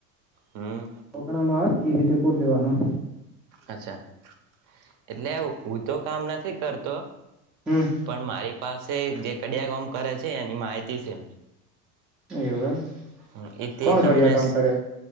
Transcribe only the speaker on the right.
હમ
અચ્છા એટલે હું તો કામ નથી કરતો.
પણ મારી પાસે કડિયા કોમ કરે છે એની માહિતી છે.
હ એથી
તમને